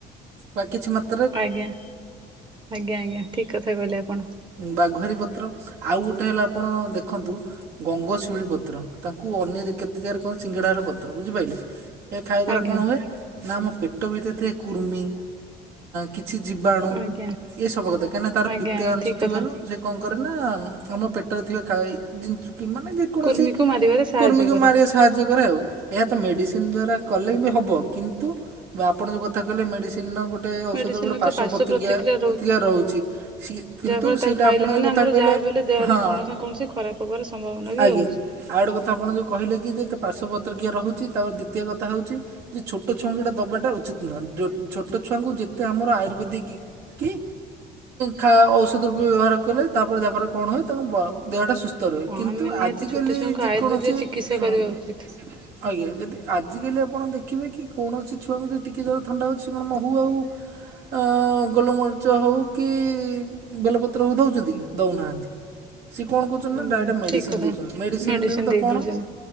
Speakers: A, on the right; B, on the right.
A: ବା କିଛିଛୁ ମା୍ର
B: ଆଜ୍ଞା ଆଜ୍ଞା ଆଜ୍ଞା ଠିକ କଥା କହିଲେ ଆପଣ
A: ବାଘୁଆରି ପତ୍ର ଆଉ ଗୋଟେ ହେଲା ଆପଣ ଦେଖନ୍ତୁ ଗଙ୍ଗଶିଉଳି ପତ୍ର ତାକୁ ଅନ୍ୟ କେତେ ଜାଗାରେ କଣନ୍ତି ସିଙ୍ଗଡ଼ାର ପତ୍ର ବୁଝିପାରିଲେ ଏ ଖାଇବା ଦ୍ୱାରା
B: ଆଜ୍ଞା
A: କଣ ହୁଏ ନା ଆମ ପେଟ ଭିତରେ ଥାଏ କୁର୍ମି କିଛି ଜୀିବାଣୁ
B: ଆଜ୍ଞା
A: ଏସବୁ କଥା କାହିଁକିନା ତାର
B: ଆଜ୍ଞା
A: ପିତା
B: ଆଜ୍ଞା
A: ଅଂଶ
B: ଠିକ୍ କଥା।
A: ଥିବାରୁ ସେ କଣ କରେ ନା ଆମ ପେଟରେ ଥିବା ଖାଈ ଜିନିଷ କି ମାନେ ଯେ କୌଣସି
B: କୁର୍ମିକୁ ମାରିବାରେ ସାହାଯ୍ୟ
A: କୁର୍ମୀ କୁ
B: କରେ
A: ମାରି ଆସି ସାହାଯ୍ୟ କରେ ଆଉ ଏହା ତ ମେଡିସିନ ଦ୍ଵାରା କଲେ ବି ହବ କିନ୍ତୁ ବା ଆପଣ ଯେଉଁ କଥା କହିଲେ ମେଡ଼ିସିନର ଗୋଟେ ଔଷଧ
B: ମେଡ଼ିସିନରେ
A: ଗୋଟେ ପାର୍ଶ୍ଵପତ୍ରିକା
B: ତ ପାର୍ଶ୍ଵ ପ୍ରତିକ୍ରିୟା
A: ପ୍ରତିକାର ରହୁଛି ସେ କିନ୍ତୁ
B: ଯାହାଫଳରେ ତାକୁ
A: ସେଇଟା
B: ଖାଇଲେ
A: ଆପଣଙ୍କ
B: ମାନେ
A: କଥା
B: ଆମର
A: କହିଲେ
B: ଯାହା ବି ହେଲେ ଦେହରେ
A: ହଁ।
B: କୌଣସି ନା କୌଣସି ଖରାପ ହବାର ସମ୍ଭାବନା ବି
A: ଆଜ୍ଞା
B: ହଉଛି
A: ଆଉ ଗୋଟେ କଥା ଆପଣ ଯେଉଁ କହିଲେ ନ୍ଦେ ପାର୍ଶ୍ଵ ପତ୍ର କିଏ ରହୁଛି ତାପରେ ଦ୍ୱିତିୟ କଥା ହଉଛି ଯେ ଛୋଟ ଛୁଆଙ୍କୁ ଏଟା ଦେବାଟା ଉଚିତ ନୁହେଁ ଛୋଟ ଛୁଆଙ୍କୁ ଯେତେ ଆମର ଆୟୁର୍ବେଦିକ କି ଖା ଔଷଧ ରୂପେ ବ୍ୟବହାର କଲେ ତାପରେ ତାପରେ କଣ ହୁଏ ତାଙ୍କ ଦେହଟା ସୁସ୍ଥ ରୁୁ ହେ
B: ହଁ
A: କିନ୍ତୁ
B: ଆମେ ନିହାତି
A: ଆଜିିକାଲି
B: ଛୋଟ ଛୁଆଙ୍କୁ
A: ଯେକୌଣସି
B: ଆୟୁର୍ବେଦିକ ଚିକିତ୍ସା
A: ଶୁଣନ୍ତୁ
B: କରିବା ଉଚିତ
A: ଆଜ୍ଞା ଯଦି ଆଜିକାଲି ଆପଣ ଦେଖିବେ କି କୌଣସି ଛୁଆ କୁ ଟିକେ ଜର ଥଣ୍ଡା ହଉଛି ସେ କଣ ମହୁ ଆଉ ଆ ଗୋଲମ ଖର୍ଚ ହଉ କି ବେଲପତ୍ର ହଉ ଦଉଛନ୍ତି କି ଦଉନାହାନ୍ତି। ସିଏ କଣ କହୁଛନ୍ତି
B: ହୁଁ
A: ନା ଡାଇରେକ୍ଟ ମେଡିସିନ
B: ଠିକ କଥା।
A: ଦଛନ୍ତି ମେଡିସିନ ରେ ତ
B: ଦେଇ
A: କଣ?
B: ଦଉଛନ୍ତି